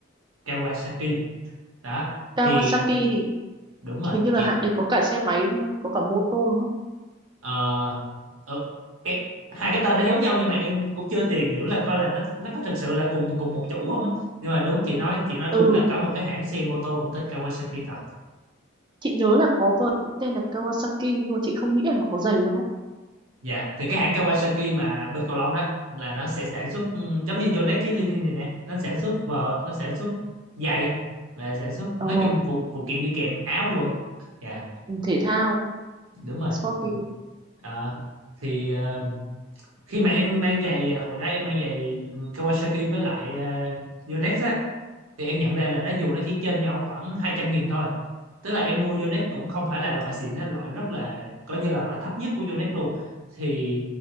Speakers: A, on the right; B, on the right.
A: Kawasaki đó
B: Kawasaki
A: thì
B: thì
A: đúng rồi
B: hình như là
A: chị
B: hãng đấy có cả xe máy đúng không anh? Có cả mô tô đúng không?
A: ờ, ờ, em, hai cái tên nó giống nhau nhưng mà em cũng chưa tìm hiểu là coi là nó nó có thực sự là cùng cùng một chủ không á nhưng mà đúng chị nói chị nói đúng
B: Ừ,
A: là có một cái hãng xe mô tô cũng tên Kawasaki thôi.
B: chị nhớ là có vợt cũng tên là Kawasaki nhưng mà chị không nghĩ là nó có giày luôn đấy.
A: Dạ, thì cái hãng Kawasaki mà bên cầu lông đó là nó sẽ sản xuất ừ, giống như Yonex với Lily này nè, nó sản xuất vợt, nó sản xuất giày và sản xuất nói
B: Ồ,
A: chung phụ phụ kiện đi kèm áo quần. Dạ,
B: ừ, thể thao,
A: đúng rồi.
B: sporty.
A: Ừ. Ờ, thì ờ, khi mà em mang giày hồi đó em mang giày Kawasaki với lại uh, Yonex á thì em nhận ra là nó dù nó chỉ trên nhau khoảng hai trăm nghìn thôi tức là em mua Yonex cũng không phải là loại xịn á, loại rất là coi như là loại thấp nhất của Yonex luôn thì